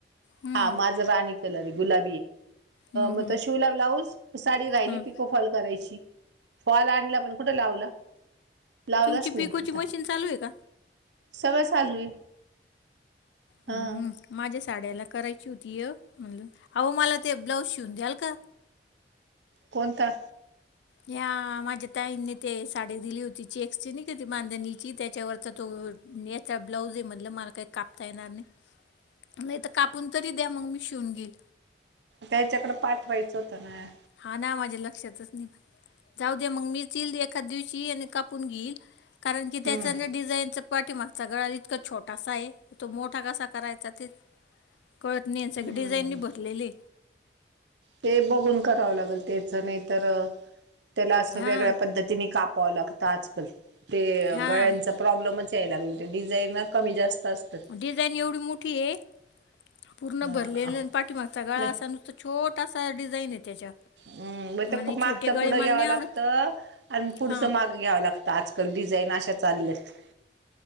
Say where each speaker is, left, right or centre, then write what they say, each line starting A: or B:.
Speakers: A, on the left; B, on the right.
A: हम्म,
B: हा कल गुला
A: हम्म,
B: मगव्ला
A: हम्म,
B: राहि
A: हम्म,
B: पो करा फॉल आणला पण कुठ लावला लावलाच
A: तुमची
B: नाही
A: पिकोची
B: आता
A: मशीन चालू आहे का
B: सगळ चालू आहे हा
A: हम्म. माझ्या साड्याला करायची होती अ हम अहो मला ते ब्लाउज शिवून द्याल का
B: कोणता
A: या माझ्या ताईंनी ते साडी दिली होती ची एक्सचेज होती बांधणीची त्याच्यावर तर तो न त्या ब्लाऊजी मधलं मला काही कापता येणार नाही नाही तर कापून तरी द्या मग मी शिवून घेईल
B: त्याच्याकडं पाठवायचं होतं ना
A: हा ना माझ्या लक्षातच नाही जाऊ द्या मग मीच येईल एखाद दिवशी आणि कापून घेईल कारण की त्याच
B: हम्म
A: ना डिझाईनचं पाठीमाग गळा इतका छोटासा आहे तो मोठा कसा करायचा ते कळत नाही सगळ
B: हम्म
A: डिझाईननी भरलेलय
B: ते बघून करावं लागेल तेच नाहीतर त्याला असं
A: हां
B: वेगळ्या पद्धतीने कापावं लागतं आजकाल ते
A: हां
B: गळ्यांच प्रॉब्लेमच याय लागले ते डिझाईन कमी जास्त असतात
A: डिझाईन एवढी मोठी ए पूर्ण
B: ह
A: भरलेल पाठीमागचा गळा
B: नाही
A: असा नुसत छोटसा डिझाईन आहे त्याच्यात
B: हम् म
A: आणि
B: मागच
A: छोटे गळे
B: पुढं
A: मला
B: घ्याव
A: नाही आवडत
B: लागत आणि पुढच
A: हां
B: माग घ्याव लागं आजकाल डिझान अशा चालल्यात